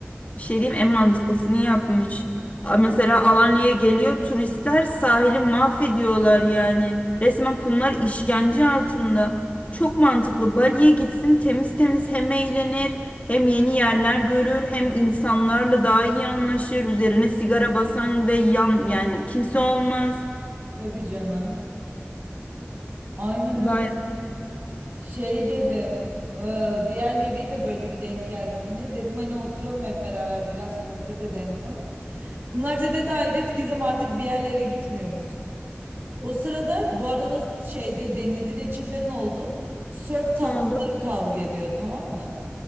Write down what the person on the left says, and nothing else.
Bir şey diyeyim en mantıklısını yapmış. A- Mesela Alanya'ya geliyor turistler sahili mahvediyorlar yani. Resmen kumlar işkence altında. Çok mantıklı. Bali'ye gitsin temiz temiz hem eğlenir hem yeni yerler görür hem insanlarla daha iyi anlaşır. Üzerine sigara basan ve yan yani kimse olmaz.
Vay
ne oldu?